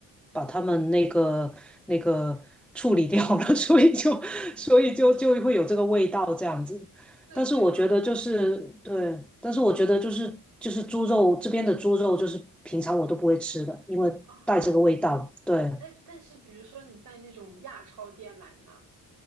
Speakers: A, in the centre; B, on the right.
A: 把他们那个那个处理掉了，<laughs> 所以就所以就就会有这个味道这样子。
B: <laughs> 对对好像
A: 但是我觉得就是对，但是我觉得就是就是猪肉这边的猪肉就是平常我都不会吃的，因为带这个味道。
B: <laughs> 啊，
A: 对，
B: 哎，但是比如说你在那种亚超店买呢，